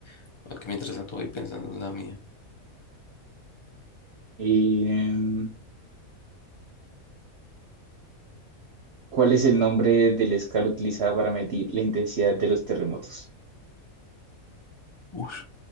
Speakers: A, on the left; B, on the right.
A: Aquí mientras tanto voy pensando en la mía.
B: y, em, ¿cuál es el nombre de la escala utilizada para medir la intensidad de los terremotos?
A: Ush,